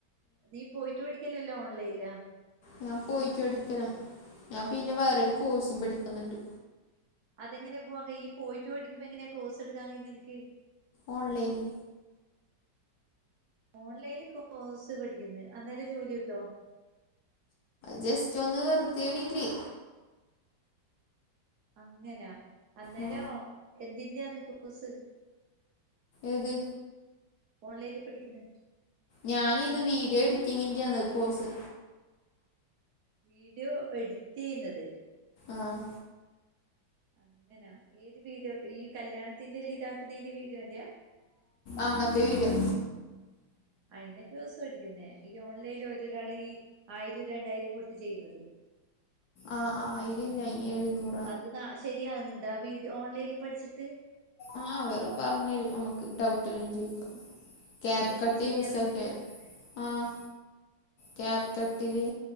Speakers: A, on the right; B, on the left.
A: നീ പോയിട്ട് പടികലല്ലോ ഓൺലൈൻലോ
B: ഞാൻ പോയിറ്റ് പടിക്കല ഞാ പിന്നെ വേറൊര് കോഴ്സും പഠിക്ക്‌ന്ന്ണ്ട്
A: അതെങ്ങനെ പൊവാങ്കയ്യ ഈ പോയിട്ട് പഠിക്ക് പ്പെങ്ങനെ കോയ്സട്ക്കാട്ക്കാൻ കയ്യ നിൻക്ക്
B: ഓൺലൈല്
A: ഓൺലെല് കോയ്സ് പഠിക്ക്‌ന്ന് അന്നേരം ജോലി കിട്ടോ
B: ജെസ്റ്റൊന്ന് വെർതെ രീതി
A: അങ്ങനാ അന്നേരോം
B: ആ
A: എന്തിന്റെന്ന് കോസ്
B: ഏത്
A: ഓൺലൈല് പഠിക്ക്‌ന്നെ
B: ഞാനിത് വീഡിയോ എഡിറ്റിംഗിന്റയാന്ന് കോസ്
A: വീഡിയോ എഡിറ്റയ്യുന്നത്
B: ആഹ്
A: അങ്ങനാ ഏത് വിഡിയോ ഈ കല്യാണത്തിന്റെല്ലിതാക്ക്‌ന്ന്യ്ന്റെ വീഡിയോന്റെ
B: അങ്ങൻത്ത വീഡിയോ
A: അയിന കോസ് പടിക്കുന്നേ ഈ ഓൺലൈല് ഒര് രാള് ഈ ആയിരൊ രണ്ടായിരം കൊട്ത്ത് ചെയ്യുന്നത്
B: ആ അ അ ആയിരല്ല അയിന് എഴ്ന്നൂറ്
A: അത് ന്നാ ശരിയാക്ന്ന്ണ്ടാ വീഡിയോ ഓൺലൈല് പട്ച്ച്ട്ട്
B: ആഹ് അവർ പറഞ്ഞെരും നമ്മക്ക് ഡൗട്ടെല്ലാം ചോയ്ക്കാ ക്യാപ്കട്ട്
A: എന്നിട്ട് നിനക്ക് ശരിയാവുന്നുണ്ട്
B: യൂസാക്കിയാതി ആഹ് ക്യാപ്കട്ടില്